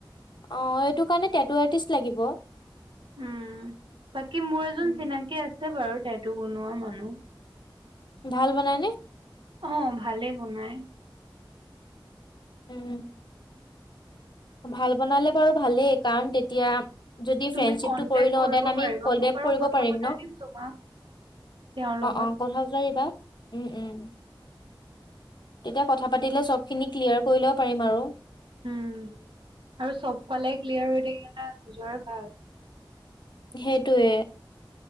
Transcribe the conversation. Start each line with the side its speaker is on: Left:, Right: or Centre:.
Left: অ' এইটো কাৰণে, টেটু আৰ্টিষ্ট লাগিব।
Right: উম! বাকী মোৰ
Left: উম
Right: এজন চিনাকি আছে। আছে বাৰু, টেটু বনোৱা মানুহ।
Left: ভাল বনাইনে?
Right: অ', ভালেই বনায়।
Left: উম, ভাল বনালে বাৰু ভালেই, কাৰণ তেতিয়া যদি
Right: তুমি
Left: ফ্ৰেণ্ডশ্বিপটো
Right: কন্টেক্ট
Left: কৰি লওঁ,
Right: কৰিব
Left: দেন আমি
Right: পাৰিবা
Left: কলেব
Right: মই বাৰু
Left: কৰিব
Right: কথা
Left: পাৰিম
Right: পতাই
Left: ন। অ',
Right: দিম তোমাক তেওঁৰ লগত
Left: অ' কথা <unintelligible> উম, উম। এতিয়া কথা পাতিলে চব খিনি ক্লিয়াৰ কৰি লব পাৰিম আৰু।
Right: উম, আৰু চব ফালে ক্লিয়াৰ হৈ থাকিলে এটা নিজৰে ভাল।
Left: সেইটোৱে।